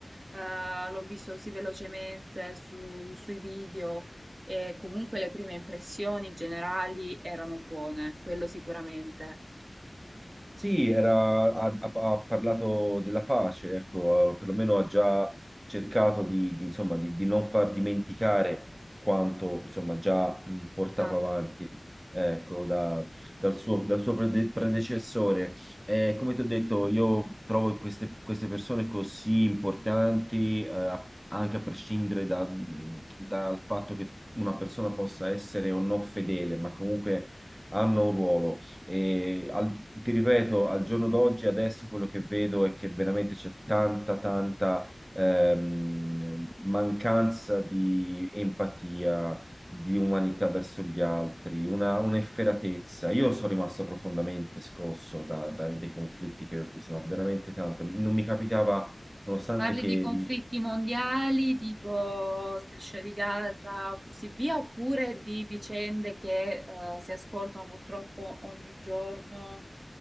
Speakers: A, on the right; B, on the right.
A: eh, l'ho visto così velocemente su- sui video e comunque le prime impressioni generali erano buone, quello sicuramente.
B: Sì, era- ha, ha- ha parlato della pace, ecco, eh, perlomeno ha già cercato di, di, insomma, di, di non far dimenticare quanto insomma, già mh, portato
A: Infatti,
B: avanti ecco, da- dal suo, dal suo prede- predecessore. Eh, come ti ho detto, io trovo queste, queste persone così importanti, eh, anche a prescindere da- mh, dal fatto che una persona possa essere o no fedele, ma comunque hanno un ruolo e al- ti ripeto, al giorno d'oggi, adesso quello che vedo è che veramente c'è tanta, tanta ehm, mancanza di empatia, di umanità verso gli altri, una, un'efferatezza. Io sono rimasto profondamente scosso da- dai dai conflitti che ho visto, ma veramente tanto. Non mi capitava, nonostante
A: parli
B: che.
A: di conflitti mondiali tipo Striscia di Gaza o così via, oppure di vicende che eh, si ascoltano purtroppo ogni giorno?